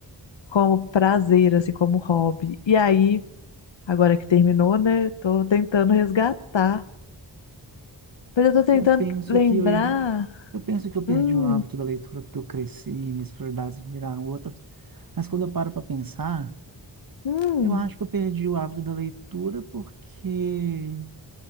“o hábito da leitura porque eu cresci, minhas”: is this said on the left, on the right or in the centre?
Right